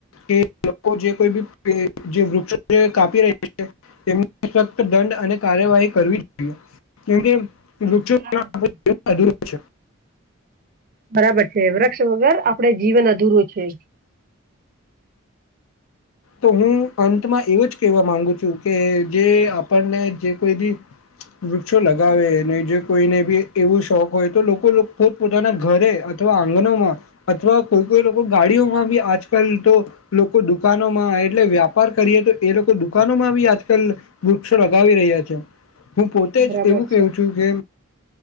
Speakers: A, on the left (about 80°); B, on the right (about 40°).
A: કે લોકો જે કોઈ બી જે વૃક્ષ કાપી રહ્યું છે એમને સખત દંડ અને કાર્યવાહી કરવીજ જોઈએ કેમકે,
B: બસ
A: વૃક્ષો
B: બરાબર છે.
A: <unintelligible> છે.
B: બરાબર છે, વૃક્ષ વગર આપડે જીવન અધૂરું છે.
A: તો હું અંતમાં એવો જ કહેવા માંગુ છું કે જે આપણને જે કોઈ બી વૃક્ષો લગાવે ને જે કોઈને બી એવું શોખ હોય તો લોકો લોકો પોતાના ઘરે અથવા આંગણોમાં અથવા કોઈ કોઈ લોકો ગાડીઓમાં બી આજકાલ તો લોકો દુકા નોમાં એટલે વ્યાપાર કરીએ તો એ લોકો દુકાનોમાં બી આજકાલ વૃક્ષો લગાવી રહ્યા છે. હું પોતે
B: બરાબર
A: જ એવું કેવુ
B: છે.
A: છું કે